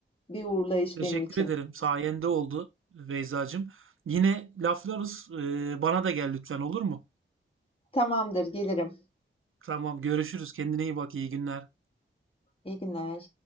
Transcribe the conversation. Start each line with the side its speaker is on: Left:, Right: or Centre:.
Left: bir uğurlayış
Right: Teşekkür
Left: benim için.
Right: ederim. Sayende oldu Beyzacığım. Yine laflarız. Ee, bana da gel lütfen olur mu?
Left: Tamamdır, gelirim.
Right: Tamam görüşürüz. Kendine iyi bak. İyi günler.
Left: İyi günler.